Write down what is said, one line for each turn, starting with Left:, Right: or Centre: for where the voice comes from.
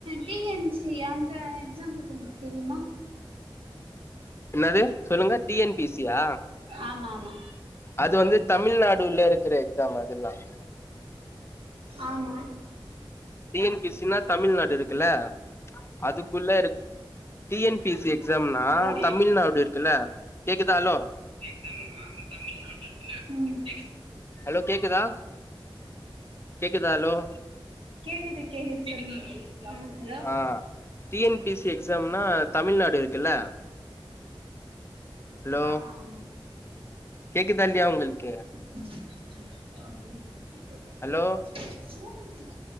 Right: டி என் சி அந்த எக்ஸாம்பத்தி உங்களுக்கு தெரியுமா
Left: என்னாது சொல்லுங்க டி என்‌ பி சியா
Right: ஆமா ஆமா
Left: அது வந்து தமிழ்நாடுல்ல இருக்கிற எக்ஸாம் அதுல்லாம்
Right: ஆமா
Left: டி என் பி சினா தமிழ்நாடு இருக்குல்ல அதுக்குள்ள இரு டி என் பி சி எக்ஸாம்னா
Right: ஹலோ
Left: தமிழ்நாடு இருக்குல்ல கேக்குதா ஹலோ
Right: ம் ம் ம்
Left: ஹலோ கேக்குதா கேக்குதா ஹலோ
Right: கேக்குது கேக்குது சொல்லுங்க ஆ ஹலோ
Left: ஆ டி என் பி சி எக்ஸாம்னா தமிழ்நாடு இருக்குல்ல ஹலோ
Right: ஆமா ஆமா
Left: கேக்குதா இல்லையா உங்களுக்கு
Right: <unintelligible>
Left: ஹலோ
Right: <unintelligible>